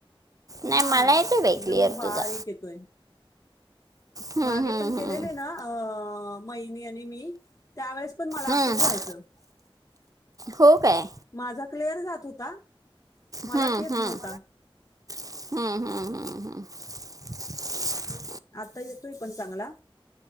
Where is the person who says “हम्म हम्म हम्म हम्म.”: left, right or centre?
Right